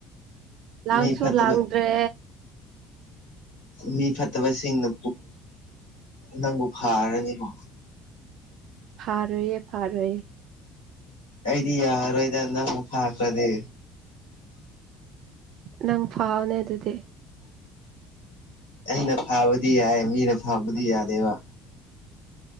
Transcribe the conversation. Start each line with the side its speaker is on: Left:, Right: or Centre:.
Right: ꯂꯥꯡꯁꯨ
Left: ꯃꯤ ꯐꯠꯇꯕ
Right: ꯂꯥꯡꯗ꯭ꯔꯦ
Left: ꯃꯤ ꯐꯠꯇꯕꯁꯤꯡꯅ ꯅꯪꯕꯨ ꯐꯔꯅꯦꯕꯣ
Right: ꯐꯔꯣꯏꯏꯌꯦ ꯐꯥꯔꯣꯏꯏꯌꯦꯦ
Left: ꯑꯩꯗꯤ ꯌꯥꯔꯔꯣꯏꯗ ꯅꯪ ꯑꯃꯨꯛ ꯐꯥꯈ꯭ꯔꯗꯤ
Right: ꯅꯪ ꯐꯥꯎꯅꯦ ꯑꯗꯨꯗꯤ
Left: ꯑꯩꯅ ꯐꯕꯗꯤ ꯌꯥꯏ ꯃꯤꯅ ꯐꯕꯗꯤ ꯌꯥꯗꯦꯕ